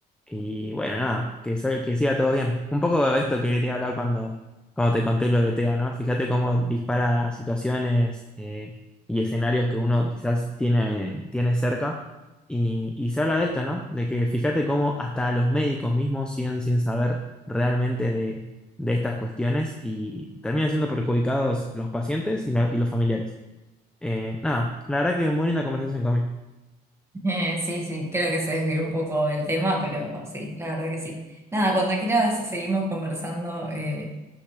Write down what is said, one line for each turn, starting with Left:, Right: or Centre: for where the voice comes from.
Centre: Y bueno, nada, que, sal- que siga todo bien. Un poco de esto que te iba a hablar cuando, cuando te conté lo de TEA, ¿no? Fíjate cómo dispara situaciones eh, y escenarios que uno quizás tiene, tiene cerca. Y, y se habla de esto, ¿no? De que fíjate cómo hasta los médicos mismos siguen sin saber realmente de, de estas cuestiones y terminan siendo perjudicados los pacientes y la- y los familiares. Eh, nada, la verdad que muy linda conversación, Cami.
Right: Eh, sí, sí, creo que se desvió un poco del tema, pero sí, la verdad que sí. Nada, cuando quieras seguimos conversando, eh,